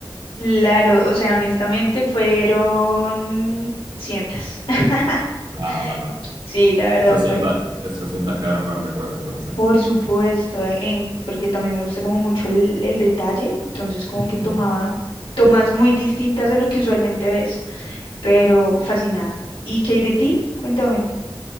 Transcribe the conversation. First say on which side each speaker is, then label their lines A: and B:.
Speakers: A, on the left; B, on the right.
A: Claro, o sea, honestamente fueron cientos. <laughs>
B: Ah, bueno.
A: Sí, la verdad
B: Esas
A: fue.
B: cintas, esas cintas quedaron para el recuerdo entonces.
A: Por supuesto, en- en- porque también me gusta como mucho el, el detalle, entonces como
B: Ujú.
A: que tomaba tomas muy distintas a lo que usualmente ves. pero fascinada. ¿Y qué hay de ti? Cuéntame.